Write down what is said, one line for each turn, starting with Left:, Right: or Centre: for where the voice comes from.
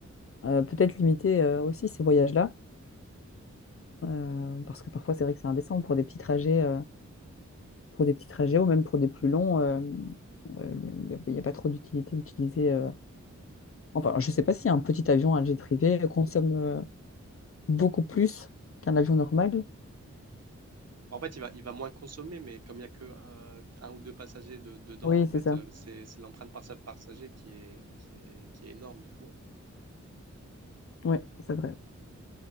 Left: euh, peut-être limiter euh, aussi ces voyages-là, euh, parce que parfois c'est vrai que c'est indécent pour des petits trajets, euh, pour des petits trajets ou même pour des plus longs, euh, euh, il n'y a, il y a pas trop d'utilité d'utiliser. euh, Enfin, je ne sais pas si un petit avion, un jet privé, consomme euh, beaucoup plus qu'un avion normal.
Right: En fait, il va, il va moins consommer, mais comme il n'y a que euh, un, ou deux passagers de- dedans,
Left: Oui,
Right: en fait,
Left: c'est ça.
Right: euh, c'est c'est l'empreinte par par passager qui est, qui est, qui est énorme du coup.
Left: Oui, c'est vrai.